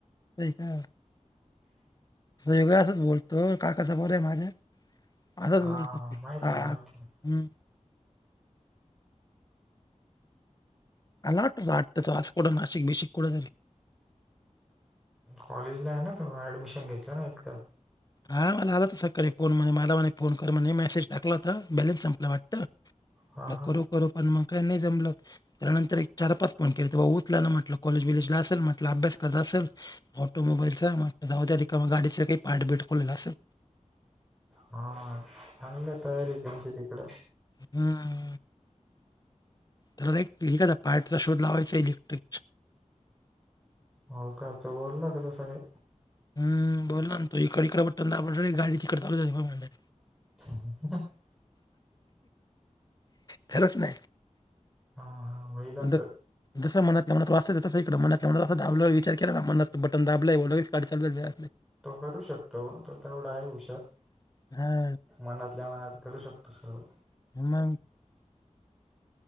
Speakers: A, on the left (about 30°); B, in the centre.
A: होय का नेहमी असंच बोलतो काका समोर हाय माझ्या असाच
B: हा
A: बोलतो मी
B: माहिती
A: हा
B: आहे ना माहिती
A: हू
B: आहे
A: <unintelligible> असं कुटनाशिक बिशीक कुठतरी
B: कॉलेजला हाय ना तवा ऍडमिशन घेतला ना एकटा
A: हा मला आला त सकाळी फोन म्हणे मला म्हणे फोन कर म्हणे मेसेज टाकला होता बॅलेन्स संपला वाटतं
B: हा हा
A: करू करू पण मग काय नाही जमलं त्यानंतर एक चार पाच फोन केले ते बाबा उचला ना म्हटलं कॉलेज बीलेजला असल म्हटलं अभ्यास करत असल ऑटोमोबाईलचा मग जाऊ द्या रिकामा गाडीचं काय काही पार्टबीट खोलेलं असल
B: हा चांगली तयारी त्यांची तीकड
A: हू तर एक एखादा पार्टचा शोध लावायचा इलेक्ट्रिक
B: हो का तो बोलला का तसा काही
A: हू बोलला ना तो इकड इकड बट दा गाडी तिकड चालू झाली
B: <unintelligible>
A: खरंच नाही
B: हा हा होईल
A: म्हणलं
B: असं
A: जसं मनातल्या मनात वाटतं तसं इकड मनातल्या मनात थांबलोय विचार केला ना मनात बटन दाबलंय लगेच गाडी चालू झाल्या
B: तो करू शकतो तो तेवढा आहे हुशार
A: हां,
B: मनातल्या मनात करू शकतो सर्व
A: <unintelligible>